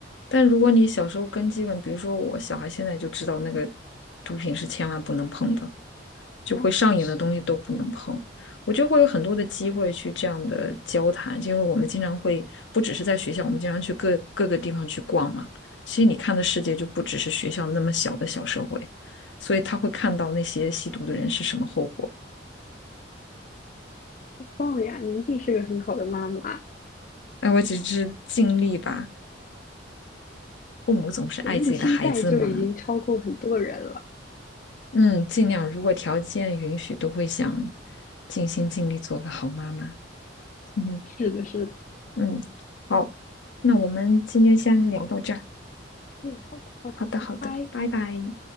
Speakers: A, on the left; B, on the left.
A: 但如果你小时候根基本，比如说我小孩现在就知道那个毒品是千万不能碰的。就会上瘾的东西都不能碰。
B: 哦，确实，
A: 我就会有很多的机会去这样的交谈，因为我们经常会不只是在学校，我们经常去各各个地方去逛嘛。其实你看的世界就不只是学校那么小的小社会，所以他会看到那些吸毒的人是什么后果。
B: 棒呀，你一定是个很好的妈妈。
A: 哎，我只是尽力吧，父母总是爱自己的孩子嘛，
B: <laughs> 对，用心带就已经超过很多人了。
A: 嗯，尽量如果条件允许，都会想尽心尽力做个好妈妈。嗯
B: 是的，是的。
A: 嗯，好，那我们今天先聊到这儿。
B: 嗯，好的，好的，
A: 好的，好的，
B: 拜拜。
A: 拜拜。